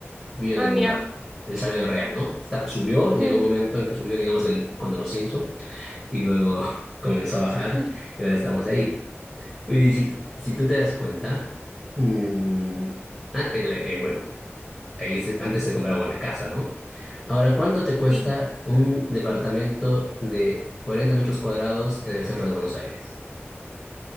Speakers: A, on the left; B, in the centre.
A: vi en
B: Ah,
A: algún
B: mira.
A: lado. El salario real, ¿no? Está, subió, llegó
B: Mm.
A: un momento en que subió, digamos, el, cuando los Simpson y luego <laughs> comenzó a bajar
B: <laughs>
A: y ahora estamos ahí. Y si, tú- si tú te das cuenta, mm, ah, eh, eh, bueno, ahí se- antes se compraba una casa, ¿no? Ahora, ¿cuánto te cuesta
B: Sí.
A: un departamento de 40 metros cuadrados en el centro de Buenos Aires?